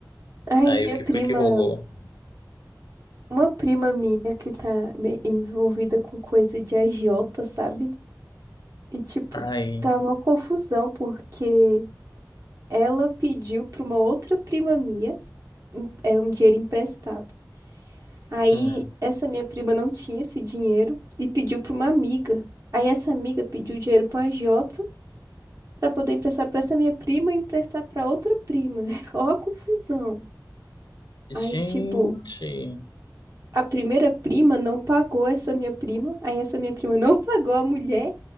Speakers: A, on the right; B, on the left.
A: Ai,
B: aí
A: minha
B: o que
A: prima,
B: foi que rolou?
A: uma prima minha que tá me- envolvida com coisa de agiota, sabe? E tipo,
B: Ai,
A: tá uma confusão porque ela pediu pra uma outra prima minha, em- é um dinheiro emprestado. Aí
B: hum.
A: essa minha prima não tinha esse dinheiro e pediu para uma amiga. Aí essa amiga pediu dinheiro para uma agiota para poder emprestar para essa minha prima e emprestar para outra prima. <laughs> Ó a confusão. Aí
B: Gente,
A: tipo, a primeira prima não pagou essa minha prima, aí essa minha prima não <laughs> pagou a mulher